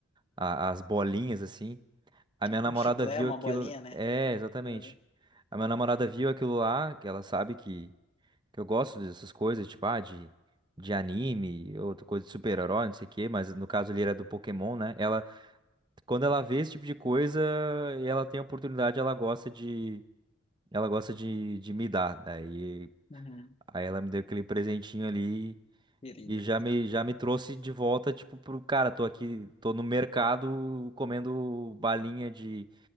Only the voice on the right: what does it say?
a- as bolinhas assim. A
minha namorada
viu
aquilo,
é, exatamente.
A minha namorada viu aquilo lá, que ela sabe que eu gosto dessas coisas, tipo, ah, de, de anime, outra coisa de super-herói, não sei o quê, mas no caso ali era do Pokémon, né? Ela, quando ela vê esse tipo de coisa e ela tem a oportunidade, ela gosta de, ela gosta de, de me dar. Daí,
aí ela me deu aquele presentinho ali
e já me, já me trouxe de volta, tipo, pro cara, tô aqui, tô no mercado comendo balinha de,